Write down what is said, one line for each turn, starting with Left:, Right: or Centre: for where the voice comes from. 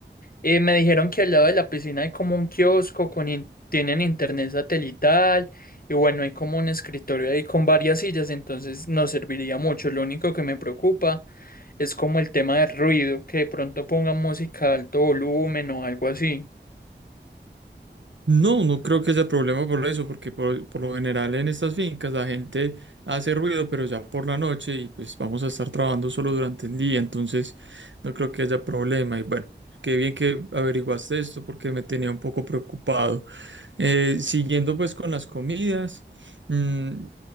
Left: Eh, me dijeron que al lado de la piscina hay como un kiosco con in- tienen internet satelital y bueno, hay como un escritorio ahí con varias sillas, entonces nos serviría mucho. Lo único que me preocupa es como el tema del ruido, que de pronto pongan música a alto volumen o algo así.
Right: No, no creo que sea problema por eso, porque por, por lo general en estas fincas la gente hace ruido, pero ya por la noche y pues vamos a estar trabajando solo durante el día, entonces no creo que haya problema. Y bueno, qué bien que averiguaste esto porque me tenía un poco preocupado. Eh, siguiendo pues con las comidas, mm,